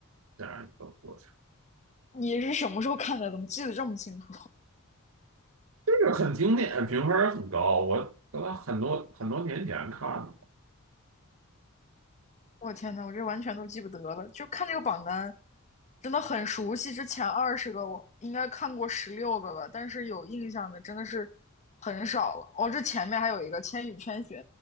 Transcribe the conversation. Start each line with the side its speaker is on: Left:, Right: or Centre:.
Right: 这样一个过程。
Left: 你是什么时候看的？怎么记得这么清楚？
Right: 这个很经典，评分很高。我我很多很多年前看的嘛，
Left: 我天呐，我这完全都记不得了，就看这个榜单，真的很熟悉。之前二十个我应该看过十六个吧，但是有印象的真的是很少了。哦，这前面还有一个《千与千寻》，